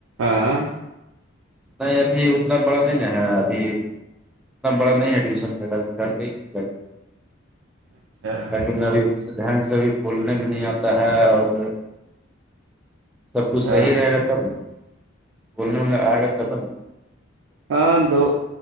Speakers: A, on the right; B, in the centre.
A: آاں
B: نہیں ابھی اتنا بڑا نہیں ن ہے ابھی اتنا بڑا نہیں ہے ایڈمیشن گھر پہ ہی جاتی ہے
A: اچھا
B: لیکننگ سے بھی بولنے بھی نہیں آتا ہے اور سب کچھ
A: ہاں
B: صحیح رہے گا تب بولنے وولنے آئے گا تب
A: ہاں دو